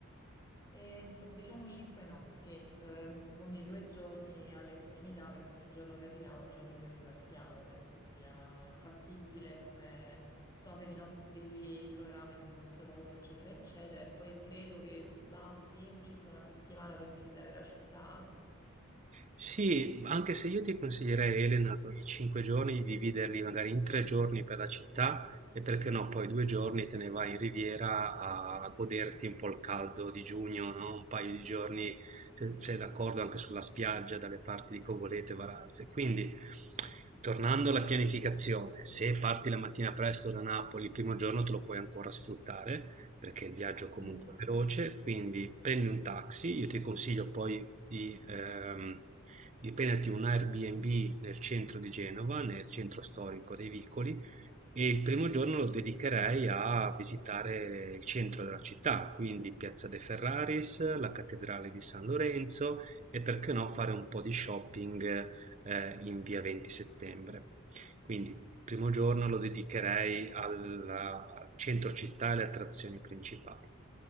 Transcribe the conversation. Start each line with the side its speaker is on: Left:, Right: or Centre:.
Left: E, fa- diciamo cinque notti, ehm, con i due giorni all'estremità, che sono il giorno che arriviamo e il giorno che ripartiamo. Penso sia fattibile come, insomma, per i nostri programmi, per il nostro lavoro, eccetera, eccetera. E poi credo che basti circa una settimana per visitare la città.
Right: Sì, anche se io ti consiglierei, Elena, quei cinque giorni di dividerli magari in tre giorni per la città e perché no, poi due giorni te ne vai in riviera a a goderti un po' il caldo di giugno, no? Un paio di giorni, se sei d'accordo, anche sulla spiaggia, dalle parti di Cogoleto e Varazze. Quindi, tornando alla pianificazione, se parti la mattina presto da Napoli, il primo giorno te lo puoi ancora sfruttare perché il viaggio comunque
Left: Mm.
Right: è veloce, quindi prendi un taxi, io ti consiglio poi di, ehm, di prenderti un Airbnb nel centro di Genova, nel centro storico dei Vicoli, e il primo giorno lo dedicherei a visitare il centro della città, quindi Piazza De Ferraris, la Cattedrale di San Lorenzo e perché no fare un po' di shopping eh, in via 20 settembre. Quindi il primo giorno lo dedicherei alla- al centro città e alle attrazioni principali.